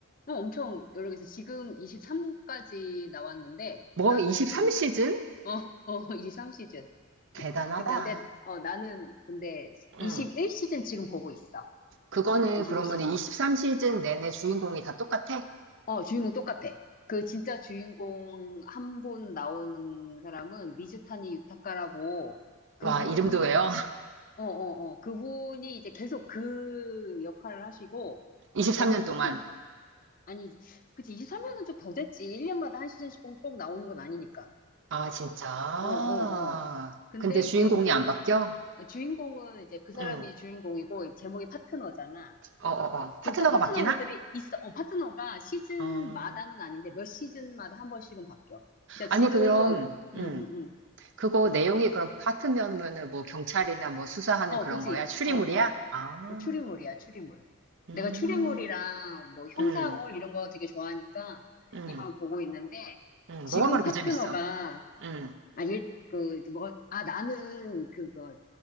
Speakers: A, on the left (about 40°); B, on the right (about 55°).
A: 어, 엄청 여러 개서 지금 23까지 나왔는데
B: 뭐,
A: 나는
B: 23시즌?
A: 지금 어, 어, 23시즌.
B: 대단하다.
A: <laughs> 근데 난- 내- 어, 나는 근데 21시즌
B: 음.
A: 지금 보고 있어.
B: 그거는
A: 21시즌.
B: 그러면 23시즌 내내 주인공이 다 똑같아?
A: 어, 주인공 똑같아. 그 진짜 주인공 한 분 나오는 사람은 미즈타니 유타카라고 그분이,
B: 와, 이름도 외워?
A: 어, 어, 어, 그분이 이제 계속 그 역할을 하시고,
B: <laughs> 23년
A: 제목이
B: 동안.
A: 파트너, 아니, 그치, 23년은 좀 더 됐지. 1년마다 한 시즌씩 꼭, 꼭 나오는 건 아니니까.
B: 아, 진짜.
A: 어, 어, 어. 근데
B: 근데 주인공이
A: 이제 그
B: 안 바뀌어?
A: 주인공은 이제 그 사람이
B: 응.
A: 주인공이고, 제목이 파트너잖아.
B: 어, 어, 어.
A: 그러니까
B: 파트너가
A: 파트너들이
B: 바뀌나?
A: 있어. 어, 파트너가 시즌마다는
B: 어.
A: 아닌데 몇 시즌마다 한 번씩은 바뀌어. 그러니까
B: 아니,
A: 지금
B: 그럼,
A: 음,
B: 음.
A: 음, 음,
B: 그거
A: 음.
B: 내용이 그럼 파트면은 뭐 경찰이나 뭐 수사하는
A: 어,
B: 그런
A: 그치.
B: 거야? 추리물이야?
A: 어, 어.
B: 아,
A: 음, 추리물이야, 추리물.
B: 음,
A: 내가 추리물이랑 뭐 형사물
B: 음,
A: 이런 거 되게 좋아하니까
B: 음,
A: 이걸 보고 있는데
B: 음.
A: 지금
B: 뭐가 그렇게
A: 파트너가
B: 재밌어? 음,
A: 아, 일, 그, 뭐, 아, 나는 그거